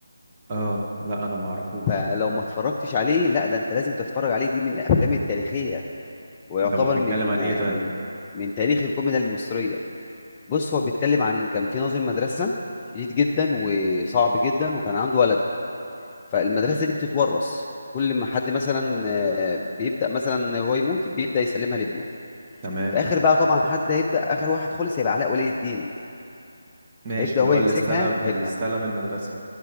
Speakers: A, on the right; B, on the left.
A: اه لا انا ما اعرفوش
B: فلو ما اتفرجتش عليه لا ده انت لازم تتفرج عليه دي من الافلام التاريخيه ويعتبر
A: ده هو بيتكلم
B: من
A: عن
B: آه،
A: ايه طيب
B: من من تاريخ الكوميديا المصريه بص هو بيتكلم عن كان في ناظر مدرسه شديد جدا وصعب جدا وكان عنده ولد فالمدرسه دي بتتورث كل ما حد مثلا آه، بيبدا مثلا هو يموت بيبدا يسلمها لابنه
A: تمام
B: في اخر بقى طبعا حد هيبدا اخر واحد خالص هيبقى علاء ولي الدين
A: ماشي
B: هيبدا
A: اللي
B: هو
A: هو
B: يمسكها
A: اللي استلم
B: هيبقى
A: اللي استلم المدرسه